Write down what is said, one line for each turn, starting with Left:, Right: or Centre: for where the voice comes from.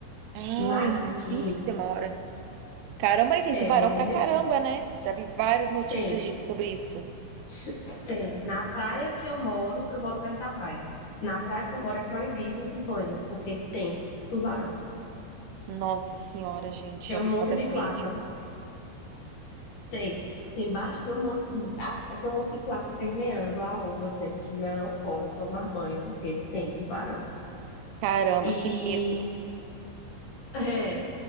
Right: Ah,
Left: Mas
Right: em Recife
Left: aqui,
Right: que você mora. Caramba, aí tem
Left: é,
Right: tubarão
Left: eu moro em
Right: pra
Left: Recife.
Right: caramba, né? Já vi várias notícias
Left: Tem.
Right: de- sobre isso.
Left: Se- Tem. Na praia que eu moro, eu moro perto da praia. Na praia que eu moro é proibido o banho, porque tem tubarão.
Right: Nossa senhora, gente,
Left: Tem
Right: já
Left: um
Right: vi
Left: monte
Right: cada
Left: de
Right: vídeo.
Left: placa. Tem. Tem baixo, tem um monte, a- tem um monte de placa permeando a orla, dizendo que não pode tomar banho, porque tem tubarão.
Right: Caramba,
Left: E
Right: que medo.
Left: <laughs> é,